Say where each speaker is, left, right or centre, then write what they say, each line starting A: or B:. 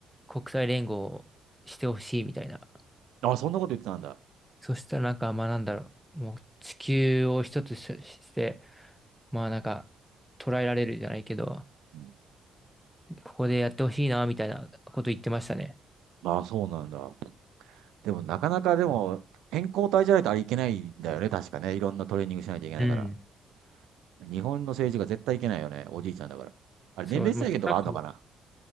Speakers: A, in the centre; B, on the right.
A: 国際連合をしてほしいみたいな。
B: あ、そんなこと言ってたんだ。
A: そしたらなんか、まあなんだろう、もう地球を一つしして、まあなんか捉えられるじゃないけど、
B: うん
A: ここでやってほしいなみたいなこと言ってましたね。
B: ああ、そうなんだ。でも、なかなかでも、健康体じゃないとあれいけないんだよね。確かね。いろんなトレーニングしないといけないから。
A: うん。
B: 日本の政治が絶対いけないよね。おじいちゃんだから。あれ、
A: そう、
B: 年齢制限とかあるのかな
A: まあ、少なくとも